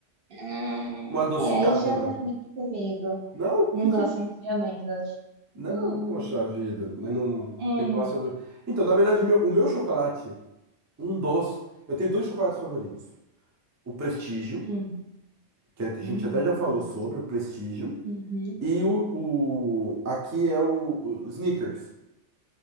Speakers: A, on the right (about 55°); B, on the right (about 20°).
A: Hum,
B: uma adocicada
A: é, aí já
B: na.
A: não é muito comigo.
B: Não?
A: Não
B: Que
A: gosto
B: tipo de.
A: muito de amêndoas.
B: Não,
A: Hum,
B: poxa vida, mas
A: hum,
B: não. não-
A: hum,
B: Você gosta do. Então, na verdade, meu- o meu chocolate, um dos. Eu tenho dois chocolates favoritos: o Prestígio,
A: hum,
B: que a
A: hum,
B: gente até já falou
A: delícia.
B: sobre, o Prestígio,
A: Uhum,
B: e o, o... aqui é o o Snickers.